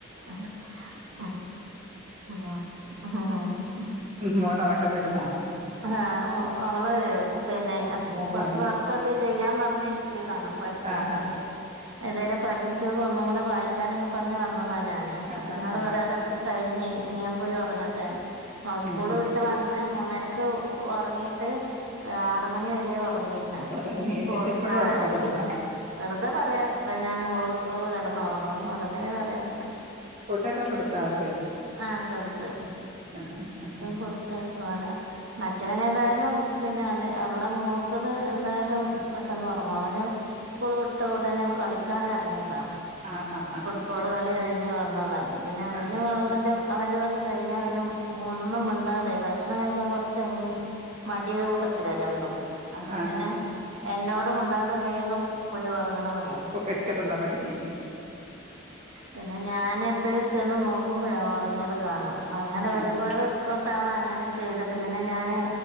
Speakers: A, on the right; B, on the right.
A: ആ ആ ആ അള്ള <unintelligible>
B: മോനറക്കം വരുന്നാ
A: ആഹ ഓള് പിന്നെ
B: മോളാല്ലേ
A: കുറച്ച് വർക്കൊക്കെ ചെയ്യാൻ പറഞ്ഞിരുത്തിയതാണ് പഠിക്കാൽ
B: ആഹ്
A: പിന്നെ ഇതുവരെ പഠിപ്പിച്ചോക്കെ ഒന്നുംകൂടെ വായിക്കാനൊക്കെ പറഞ്ഞ് വന്നതാ ഞാൻ
B: ആഹ്
A: അപ്പ ഇന്നോട്
B: ആഹ്
A: പറെ
B: ആഹ്
A: അതൊക്കെ കഴിഞ്ഞ് ഇനിയാൻ പോയി ഉറങ്ങട്ടെന്ന്
B: ഉം
A: സ്കൂള്
B: ഉം
A: വിട്ട് വന്ന് മൂന്നര ക് ഉറങ്ങിയിട്ട് ആറുമണി വരെ ഉറങ്ങി
B: ഉറങ്ങി
A: ഇനിപ്പോ
B: എന്നിട്ട് ഇപ്പഴും
A: ആഹ്
B: ഉറക്കം
A: ഇനി
B: വരുന്നാ
A: വെറുതെ പറയാ ഇപ്പൊ ഞാൻ ഓള് ഓള് കിടന്ന് ഉറങ്ങുവ വെറുതെ പറയാ
B: ഫുഡൊക്കെ കൊടുത്തൊ അവൾക്ക്
A: ആഹ് കൊടുത്തു
B: <unintelligible>
A: കൊടുത്ത പോലെ മറ്റവന ഏതായാലും പിന്നെ അത് അവളെ മൂത്തത് എന്തായാലും പെട്ടെന്ന് ഉറങ്ങും അവന് സ്കൂൾ വിട്ട ഉടനെ കളിക്കാന റങ്ങിയതാ
B: ആ ആ ആ
A: ഫുട്‌ബോൾ കളി കഴിഞ്ഞ് വന്നതാണ് അപ്പം പിന്നെ അവന്
B: ആഹ്
A: എൻ്റെ അവന്റ ഇതൊക്കെ കഴിഞ്ഞാൽ പിന്നെ ഒന്നുംമിണ്ടാതെ ഭക്ഷണം കഴിക്കാൻ കുറച്ച് മടിയുള്ള കൂട്ടത്തിലാ രണ്ടും അപ്പൊ
B: ആഹ്
A: പിന്നെ എന്നോടും മിണ്ടാതെ വേഗം പോയി ഉറങ്ങണ പണിയാ
B: പോയി കിടന്നുറങ്ങി
A: പിന്നെ ഞാനപ്പഴും ചെന്ന് നോക്കുമ്പോഴ ഉറങ്ങിയത് കാണ അങ്ങനെ ഒരുപാട്
B: ആഹ്
A: തവണ അങ്ങനെ ചെയ്തിട്ട് പിന്നെ ഞാന്